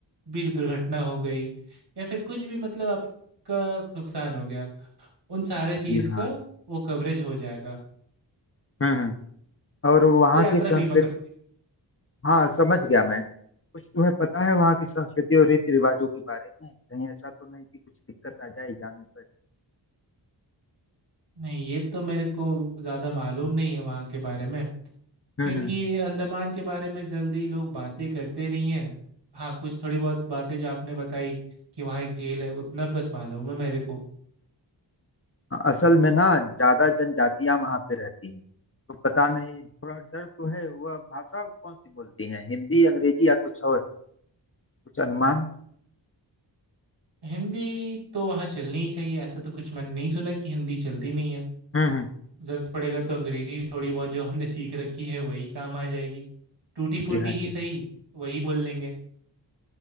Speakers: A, on the right; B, on the left.
A: भी दुर्घटना हो गई या फिर कुछ भी मतलब आपका नुकसान हो गया उन सारे चीज़
B: जी हाँ
A: का वो कवरेज हो जाएगा
B: हम्म हम्म। और वहाँ
A: तो यात्रा
B: की संस्कृति
A: बीमा करवाइए
B: हाँ समझ गया मैं कुछ तुम्हें पता है वहाँ की संस्कृति और रीति रिवाजों के बारे में कहीं ऐसा तो नहीं कि कुछ दिक्कत आ जाए जाने पर
A: नहीं ये तो मेरे को ज़्यादा मालूम नहीं है वहाँ के बारे में
B: हम्म
A: क्योंकि
B: हम्म
A: अंडमान के बारे में जल्दी लोग बातें करते नहीं है हाँ कुछ थोड़ी बहुत बातें जो आपने बताई कि वहाँ एक जेल है उतना बस मालूम है मेरे को
B: हाँ, असल में ना ज्यादा जनजातियां वहाँ पे रहती हैं तो पता नहीं थोड़ा डर तो है वह भाषा कौन सी बोलती है हिंदी अंग्रेजी या कुछ और कुछ अनुमान
A: हिंदी तो वहाँ चलनी ही चाहिए ऐसा तो कुछ मैंने नहीं सुना कि हिंदी चलती नहीं है
B: हम्म, हम्म।
A: जरूरत पड़ेगा तो अंग्रेजी भी थोड़ी बहुत जो हमने सीख रखी है वही काम आ जाएगी टूटी
B: जी
A: फूटी
B: हाँ
A: ही
B: जी
A: सही वही बोल लेंगे